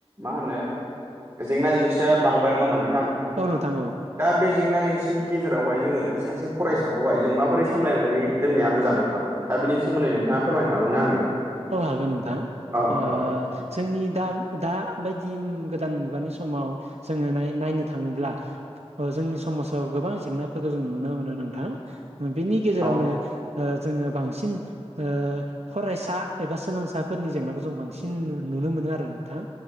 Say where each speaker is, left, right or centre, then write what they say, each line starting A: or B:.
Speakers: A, on the right (about 30°); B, on the right (about 80°).
A: मा होनो जेंना जेंसिया बांबाय नङामा नोंथां
B: औ नोंथां औ
A: दा बे जेंना जेंसि नि गेजेरावहाय जोङो सासे फरायसाखौह जों माबोरै सामलायनानै दोननाया मोजां नोंथां दा बेनि सोमोन्दै नोंथाङा फोरमायनो हागोन ना आंनो।
B: औ हागोन नोंथां
A: औ
B: ओ
A: औ
B: जोंनि दा दा बायदि गोदान मुगानि समाव जोङो नाय नायनो थाङोब्ला अजोंनि समाजाव गोबां जेंनाफोरखौ जों नुनो मोनो नोंथां बेनि गेजेरावनो
A: औ
B: ओ जोङो बांसिन ओ फरायसा बा सोलोंसाफोरनि जेंनाखौ जों बांसिन नुनो मोनो आरो नोंथां